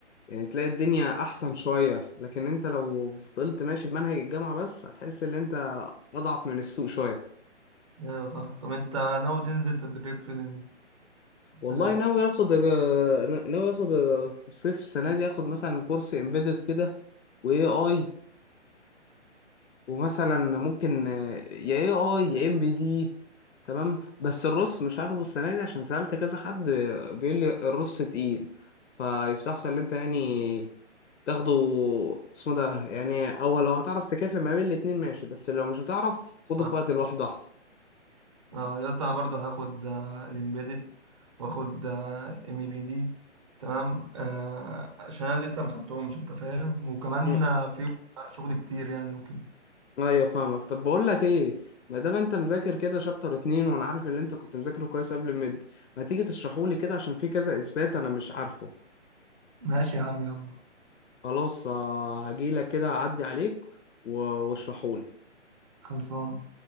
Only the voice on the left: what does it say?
يعني تلاقي الدنيا احسن شويه لكن انت لو فضلت ماشي بمنهج الجامعه بس هتحس ان انت اضعف من السوق شويه
والله
ناوي اخد آه، ناوي اخد آه، في الصيف السنه دي اخد مثلا كورس امبيدد كده واي اي ومثلا ممكن آه، يا اي اي يا ام بي دي تمام بس الرص مش هاخده السنه دي عشان سالت كذا حد آه، بيقول لي الرص تقيل فيستحسن ان انت يعني تاخده اسمه ده يعني او لو هتعرف تكافئ ما بين الاتنين ماشي بس لو مش هتعرف خده
في وقت لوحده احسن
م.
ايوه فاهمك طب بقول لك ايه ما دام انت مذاكر كده شابتر اتنين وانا عارف اللي انت كنت مذاكره كويس قبل الميد ما تيجي تشرحه لي كده عشان في كذا اثبات انا مش عارفه
خلاص آه، هجيلك كده اعدي عليك و- واشرحهولك